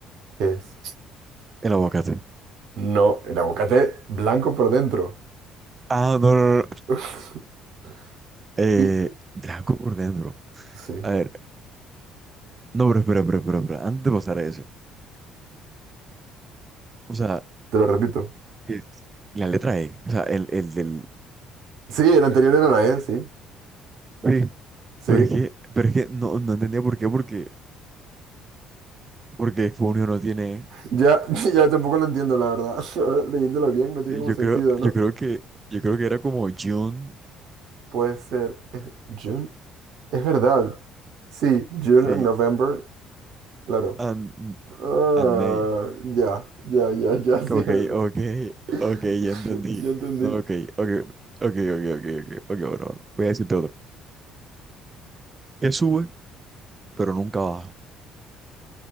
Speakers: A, on the right; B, on the right.
A: ¿Qué es?
B: el aguacate.
A: No, el aguacate blanco por dentro.
B: Ah, no, no, no.
A: <laughs>
B: Eh,
A: Y-
B: Draco por dentro.
A: Sí.
B: A
A: <laughs>
B: ver, no, pero espera, espera, espera, espera. Antes de pasar a eso. O sea,
A: Te lo repito.
B: es la letra E. O sea, el, el del.
A: Sí, el anterior era la E, sí.
B: Sí,
A: Sí.
B: pero es que, pero es que no, no entendía por qué, porque, porque Funio no tiene E.
A: Ya, <laughs> ya tampoco lo entiendo, la verdad. <laughs> Ahora, Leyéndolo bien, no tiene
B: Y
A: como
B: Yo
A: sentido,
B: creo,
A: ¿no?
B: yo creo que, yo creo que era como June,
A: Puede ser. Es, June. Es verdad. Sí, June
B: sí,
A: and November. Claro.
B: and,
A: Ah,
B: and May.
A: ya, ya, ya, ya, <laughs> sí,
B: Ok,
A: es verdad.
B: ok,
A: <laughs>
B: ok, ya entendí.
A: Ya entendí.
B: No, ok, ok, ok, ok, ok, ok, ok, bueno, voy a decirte otro. Que sube, pero nunca baja.